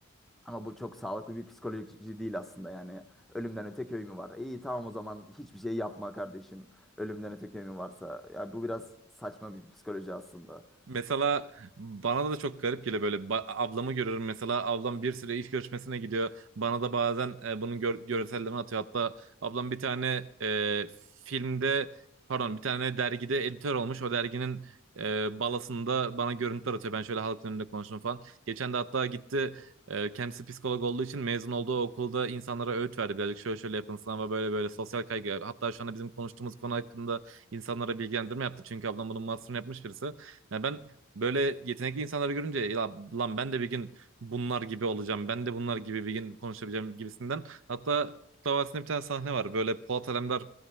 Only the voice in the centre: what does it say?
Ama bu çok sağlıklı bir psikoloji değil aslında yani. Ölümden öte köy mü var? İyi tamam o zaman hiçbir şey yapma kardeşim. Ölümden öte köy mü varsa. Ya bu biraz saçma bir psikoloji aslında.